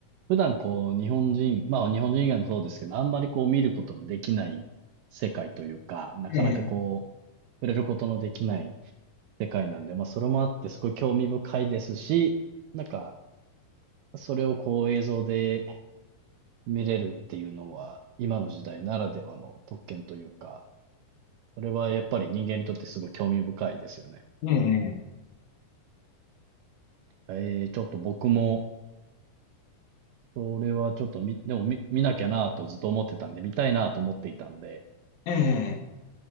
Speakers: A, on the right; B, on the left.
A: 普段こう日本人、まあ日本人以外もそうですけど、あんまりこう見ることのできない世界というか、なかなかこう
B: ええ。
A: 触れることのできない世界なんで、まあそれもあってすごい興味深いですし、なんかそれをこう映像で見れるっていうのは、今の時代ならではの特権というか、それはやっぱり人間にとってすごい興味深いですよね。
B: ええ
A: えー、ちょっと僕も、それはちょっと見、でも見、見なきゃなぁとずっと思ってたんで、見たいなぁと思っていたんで、
B: ええ、